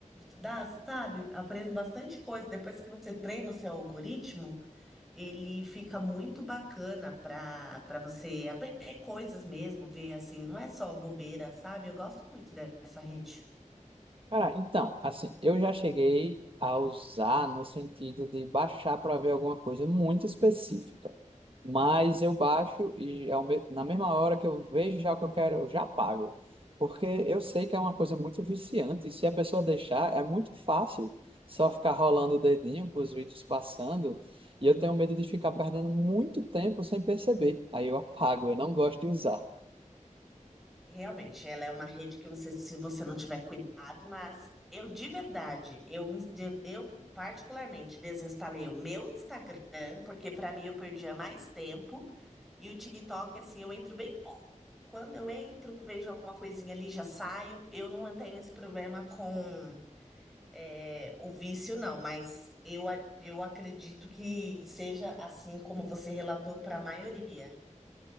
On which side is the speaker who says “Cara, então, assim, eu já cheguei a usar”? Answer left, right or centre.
Right